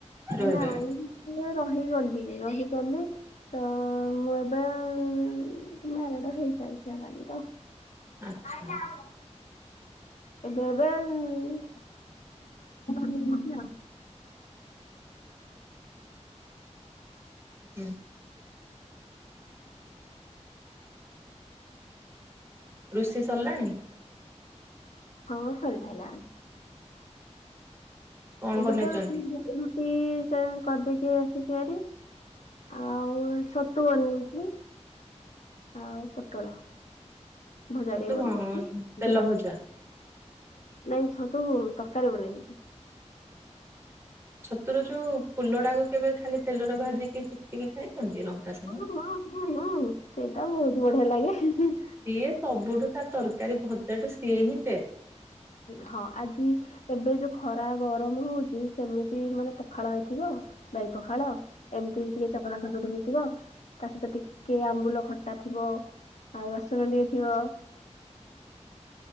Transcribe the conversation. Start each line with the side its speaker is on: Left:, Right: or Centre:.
Right: ରହିବେ
Left: ନାଇଁ
Right: ଏମିତି?
Left: ରହିଗଲି ରହିଗଲି ତ-ଅ-ଅ ମୁଁ ଏବେ-ଏ-ଏ-ଏ-ଏ ମ୍ୟାରେଡ ହେଇସାରିଲାଣି ତ। <unintelligible>
Right: ଆଚ୍ଛା
Left: ଏବେ ଏବେ ଉ <inaudible>
Right: ହୁଁ ରୁଷେଇ ସରିଲାଣି
Left: ହଁ ସରି ସାରିଲାଣି।
Right: କଣ
Left: ଏବେ
Right: ବନେଇଛନ୍ତି?
Left: ତ ରୁ-ଉ-ଉ-ଉ ରୁଟି-ଇ-ଇ କରିଦେଇକି ଆସିଛି ହାରି ଆଉ-ଉ-ଉ-ଉ ଛତୁ ବନେଇଛି ଆଉ ପୋଟଳ। ଭଜା
Right: ଛତୁ
Left: ଟିକେ
Right: କଣ
Left: ବନେଇଥିଲି <unintelligible>
Right: ତେଲ ଭଜା?
Left: ନାଇଁ ଛତୁ-ଉ-ଉ-ଉ ତରକାରୀ ବନେଇ ଦେଇଛି।
Right: ଛତୁର ଯୋଉ-ଉ-ଉ ଫୁଲ ଟାକୁ କେବେ ଖାଲି ତେଲରେ ଭାଜିକି ଚିିପିକି ଖାଇଛନ୍ତି ଲଙ୍କା ସାଙ୍ଗେ?
Left: ହଁ ହଁ ହଁ ହଁ ସେଇଟା ବହୁତ ବଢିଆ ଲାଗେ।
Right: ସିଏ ସବୁଠୁ ତା ତରକାରୀ ଭଜାଠୁ ସିଏ ହିଁ ଟେଷ୍ଟ।
Left: ହଁ ଆଜି ଏବେ ଯୋଉ ଖରା ଗରମ ହଉଛି ସେମିତି ମାନେ ପଖାଳ ହେଇଥିବ ଦହି ପଖାଳ ଏମିତି ଟିକେ ଚକଡା ଚକଡି ହେଇଥିବ ତା ସହିତ ଟିକେ ଆମ୍ବୁଲ ଖଟା ଥିବ ଆଉ ରସୁଣ ଟିକେ ଥିବ